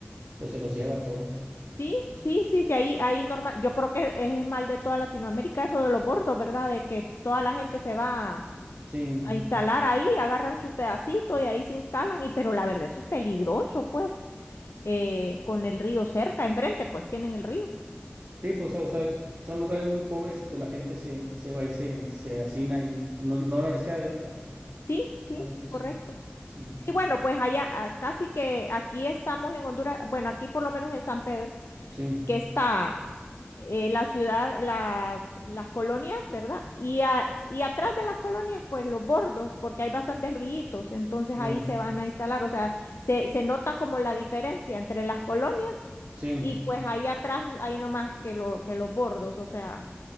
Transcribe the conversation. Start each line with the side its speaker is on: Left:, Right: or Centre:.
Right: pues se los lleva a todos.
Left: Sí, sí, sí, sí, ahí, ahí normal, yo creo que es mal de toda Latinoamérica eso de los bordos, ¿verdad? De que toda la gente se va a
Right: Sí.
Left: a instalar ahí, agarran su pedacito y ahí se instalan, y pero la verdad eso es peligroso, pues, eh, con el río cerca, enfrente, pues tienen el río.
Right: Sí, pues o sea, es- son lugares muy pobres y pues la gente se se va y se se hacina y no no no les queda de otra
Left: Sí, sí,
Right: a veces.
Left: correcto.
Right: Sí.
Left: Sí, bueno, pues allá a- casi que aquí estamos en Honduras, bueno, aquí por lo menos en San Pedro,
Right: Sí,
Left: que está eh, la ciudad, las, las colonias, ¿verdad? Y, a- y atrás de las colonias, pues los bordos, porque hay bastantes ríos, entonces
Right: ya,
Left: ahí se van a instalar, o sea, se, se nota como la diferencia entre las colonias
Right: sí,
Left: y pues ahí atrás hay no más que, lo, que los bordos, o sea,